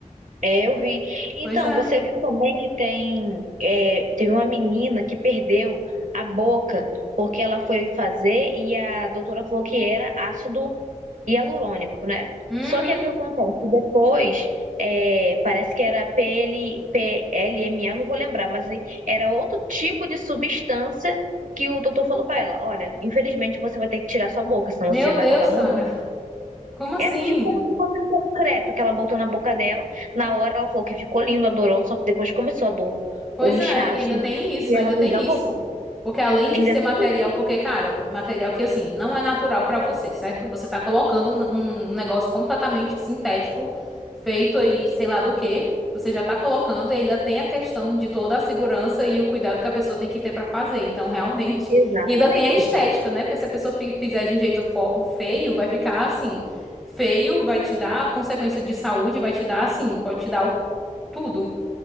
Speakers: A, on the right (about 70°); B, in the centre.
A: É, eu vi. Então,
B: Pois é.
A: você viu também que tem, é, teve uma menina que perdeu a boca porque ela foi fazer e a doutora falou que era ácido hialurônico, né?
B: Uhum.
A: Só que o que acontece? Depois, é, parece que era P P L P L M A, não vou lembrar, mas era outro tipo de substância que o doutor falou para ela: olha, infelizmente você vai ter que tirar sua boca, senão
B: Meu
A: você vai
B: Deus,
A: acabar morrendo.
B: cara. <laughs> Como assim?
A: Era tipo como se fosse um concreto que ela botou na boca dela. Na hora ela falou que ficou lindo, adorou, só que depois começou a dor,
B: Pois
A: o inchaço.
B: é, e ainda tem isso,
A: E
B: ainda
A: ela perdeu
B: tem
A: a boca.
B: isso. Porque além de
A: Ainda
B: ser
A: tem
B: material,
A: isso?
B: porque, cara, material que assim, não é natural pra você, certo? Você tá colocando um, um negócio completamente sintético, feito aí, sei lá do quê. Você já tá colocando e ainda tem a questão de toda a segurança e o cuidado que a pessoa tem que ter pra fazer. Então, realmente.
A: Exatamente.
B: E ainda tem a estética, né? Porque se a pessoa fi- fizer de um jeito fo- feio, vai ficar assim. Feio, vai te dar consequência de saúde, vai te dar assim, pode te dar o- tudo.